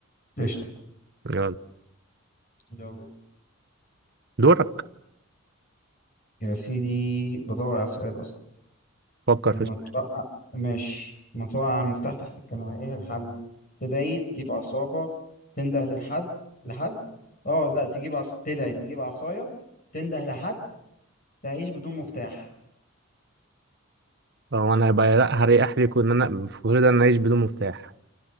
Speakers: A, on the left; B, on the right.
A: قشطة
B: يلا
A: يلا
B: دورك
A: يا سيدي بدور على سؤال أصلا
B: فكر
A: لما
B: في سؤال
A: توقع ماشي لما توقع المفتاح تحت الكنبة ايه الحل تدعي تجيب عصابة تنده للحد لحد اه لا تجيب عص... تدعي تجيب عصاية تنده لحد تعيش بدون مفتاح
B: هو انا هيبقى لا هريح ليكوا ان انا في كل ده انا اعيش بدون مفتاح